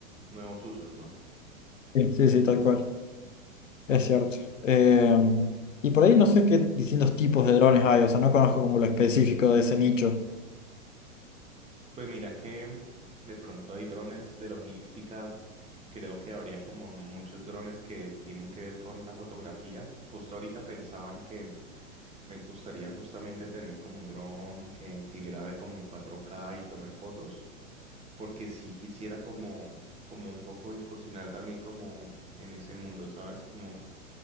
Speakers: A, on the right; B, on the left.
A: nuevos usos, ¿no?
B: Sí, sí, sí, tal cual, es cierto. Eh, y por ahí no sé qué distintos tipos de drones hay, o sea, no conozco como lo específico de ese nicho.
A: Pues mira que de pronto hay drones de logística, creo que habría como muchos drones que tienen que ver con la fotografía. Justo ahorita pensaba en que me gustaría justamente tener como un dron que, que grabe como en cuatro k y tome fotos, porque sí quisiera como, como un poco incursionar también como en ese mundo, ¿sabes? Como